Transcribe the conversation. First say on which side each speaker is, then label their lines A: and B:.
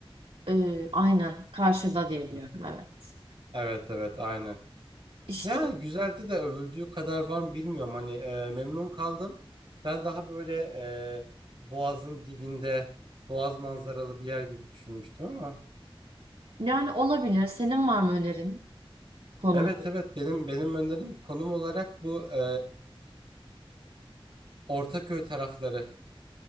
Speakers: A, on the right (about 70°); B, on the right (about 60°).
A: E, aynen karşıda diyebiliyorum
B: Hı hı.
A: evet.
B: Evet evet aynen.
A: İşte
B: Ya güzeldi de övüldüğü kadar var mı bilmiyorum hani e, memnun kaldım. Ben daha böyle e, Boğaz'ın dibinde Boğaz manzaralı bir yer gibi düşünmüştüm ama.
A: yani olabilir. Senin var mı önerin konumda?
B: Evet evet benim benim önerim konum olarak bu e, Ortaköy tarafları.